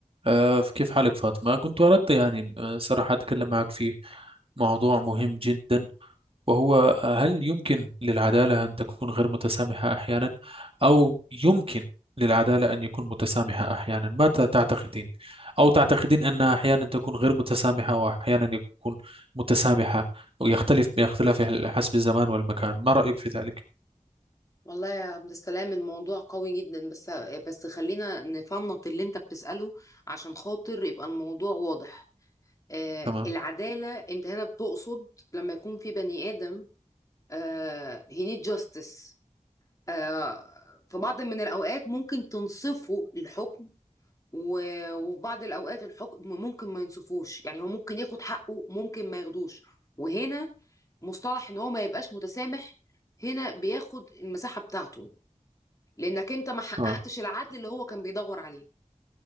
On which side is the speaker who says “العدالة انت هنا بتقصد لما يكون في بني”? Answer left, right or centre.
Left